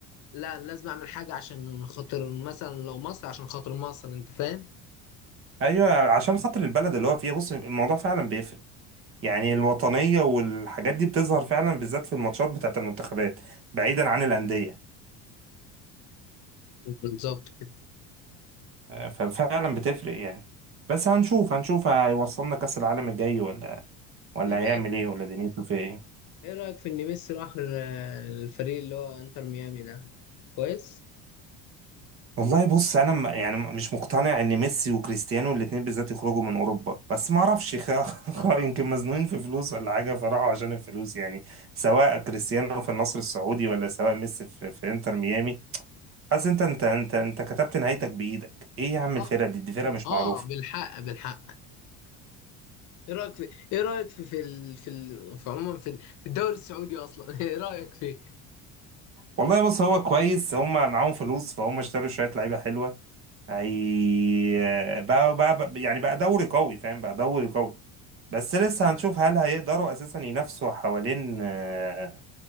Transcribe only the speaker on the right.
ايوه عشان خاطر البلد اللي هو فيها بص الموضوع فعلا بيفرق يعني الوطنيه والحاجات دي بتظهر فعلا بالذات في الماتشات بتاعت المنتخبات بعيدا عن الانديه
آه، ففعلا بتفرق يعني بس هنشوف هنشوف هيوصلنا كاس العالم الجاي ولا ولا
هيعمل ايه ولا دنيته في ايه
والله بص انا م- يعني مش مقتنع ان ميسي وكريستيانو الاثنين بالذات يخرجوا من اوروبا بس ما اعرفش خ- <laughs> خ- يمكن مزنوقين في فلوس ولا حاجه فراحوا عشان الفلوس يعني سواء كريستيانو في النصر السعودي ولا سواء ميسي في, في انتر ميامي حاسس انت انت انت انت كتبت نهايتك بايدك ايه يا عم
الفرقه دي دي فرقه مش
معروفه
والله بص هو كويس هم معاهم فلوس فهم اشتروا شويه لعيبه حلوه هي بقى, بقى, بقى يعني بقى دوري قوي فاهم بقى دوري قوي بس لسه هنشوف هل هيقدروا اساسا ينافسوا حوالين آه،